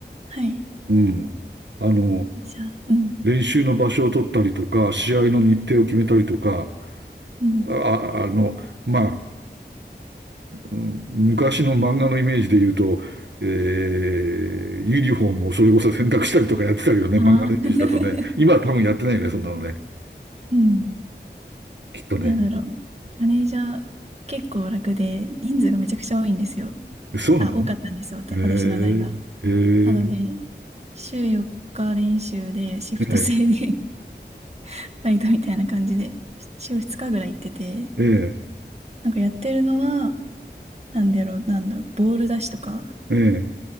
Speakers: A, on the right (about 35°); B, on the right (about 80°).
A: はい。
B: うん。あの、
A: じゃあ、うん。
B: 練習の場所を取ったりとか、試合の日程を決めたりとか、
A: うん。
B: あ、ああの、まあ、うん昔の漫画のイメージで言うと、えー、ユニフォームをそれこそ洗濯したりとかやってたけどね、
A: ああ。
B: 漫画のイメージだとね、
A: <laughs>
B: 今は多分やってないよね、そんなのね。
A: うん。
B: きっとね。
A: なんだろう。マネージャー結構楽で人数がめちゃくちゃ多いんですよ。
B: えそうなの
A: あ、多かったんですよ。わた私の代が。
B: へえー、
A: なので、週4日練習で、シフト制で
B: へえー、
A: <laughs> バイトみたいな感じで、週2日ぐらい行ってて、
B: えー、え
A: なんかやってるのは、なんだろう、なんだろう、ボール出しとか、あ
B: ー、えー、